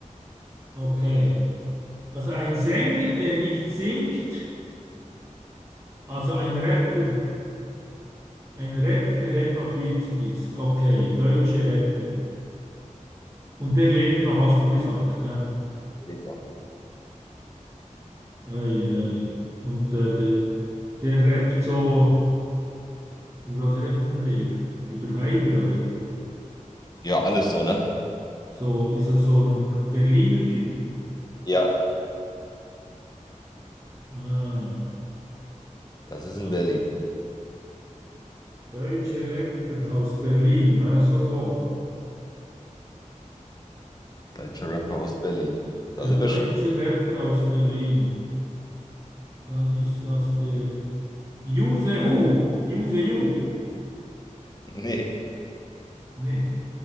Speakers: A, on the right (about 25°); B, on the left (about 30°).
A: Okay. Also ein Sänger, der nicht singt, also ein Rapper, ein Rapper, der etwa 40 ist. Okay, deutsche Rapper. Und der lebt noch, hast du gesagt. Hä? Ei,
B: Der lebt noch.
A: ei, ei. Und äh, der, der rappt so, über was rappt denn der? Über Weiber, oder?
B: Ja, alles so, ne?
A: So ist er so ein Berliner Typ.
B: Ja.
A: Ah,
B: Das ist
A: ah,
B: in Berlin.
A: deutsche Rapper aus Berlin, hä? So, so.
B: Deutscher Rapper aus Berlin. Da
A: Ein
B: sind wir
A: deutscher
B: schon
A: Rapper aus Berlin. Dann ist das der Juse Hu. Juse Ju.
B: <laughs> ne.
A: Nee.